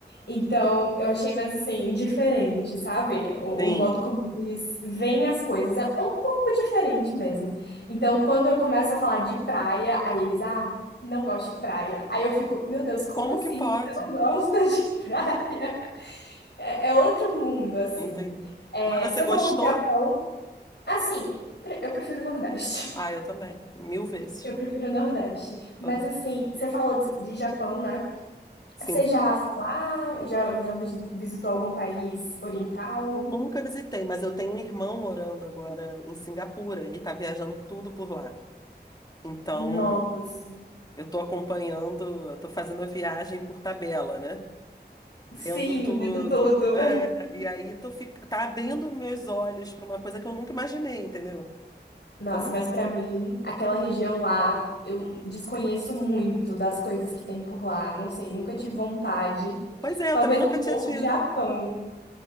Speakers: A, on the left (about 75°); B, on the left (about 20°).
A: Então eu achei mais assim, diferente, sabe? O,
B: Sim.
A: o modo como eles veem as coisas é um pouco diferente mesmo. Então quando eu começo a falar de praia, aí eles, ah, não gosto de praia. Aí eu fico, meu Deus, como
B: Como
A: assim?
B: que pode?
A: Você não gosta <laughs> de praia? É, é outro mundo, assim.
B: Entendi.
A: É,
B: Mas você
A: você
B: gostou?
A: falou de Japão, assim, pre- eu prefiro o Nordeste.
B: Ah, eu também. Mil vezes.
A: Eu prefiro o Nordeste. Mas
B: Aham.
A: assim, você falou de de Japão, né?
B: Sim.
A: Você já foi lá? Já, já visi- visitou algum país oriental?
B: Nunca visitei, mas eu tenho um irmão morando agora em Singapura e tá viajando tudo por lá. Então,
A: Nossa.
B: eu tô acompanhando, eu tô fazendo a viagem por tabela, né?
A: Sim,
B: Vendo tudo.
A: vendo tudo.
B: É,
A: <laughs>
B: e aí tô fic... tá abrindo meus olhos pra uma coisa que eu nunca imaginei, entendeu?
A: Nossa,
B: Eu não...
A: mas pra mim, aquela região lá, eu desconheço muito das coisas que tem por lá. Não sei, nunca tive vontade.
B: Pois é,
A: Talvez
B: eu também nunca
A: um pouco
B: tinha tido.
A: de Japão.